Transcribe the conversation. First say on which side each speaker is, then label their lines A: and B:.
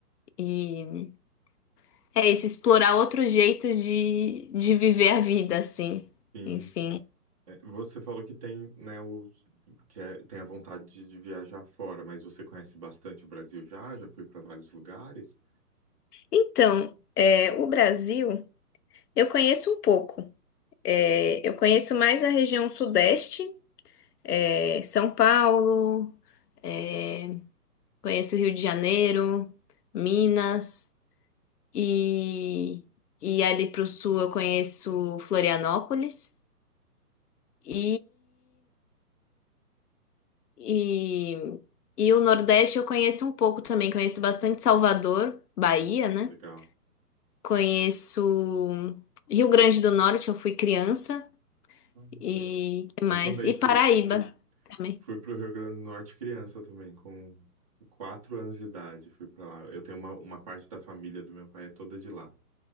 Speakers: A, on the left; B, on the right.
A: e É isso, explorar outros jeitos de, de viver a vida, assim.
B: Sim.
A: Enfim.
B: É, Você falou que tem, né, os, que é- tem a vontade de viajar fora, mas você conhece bastante o Brasil já? Já foi para vários lugares?
A: Então, é, o Brasil, eu conheço um pouco. É, eu conheço mais a região sudeste, é, São Paulo, é, conheço o Rio de Janeiro, Minas, e, e ali para o sul eu conheço Florianópolis. E E, e o Nordeste eu conheço um pouco também. Conheço bastante Salvador, Bahia, né?
B: Legal.
A: Conheço Rio Grande do Norte, eu fui criança.
B: Ah,
A: E
B: que legal.
A: que
B: Eu
A: mais?
B: também
A: E
B: fui,
A: Paraíba
B: fui,
A: também.
B: fui para o Rio Grande do Norte criança também, com quatro anos de idade. Fui para lá. Eu tenho uma, uma parte da família do meu pai é toda de lá.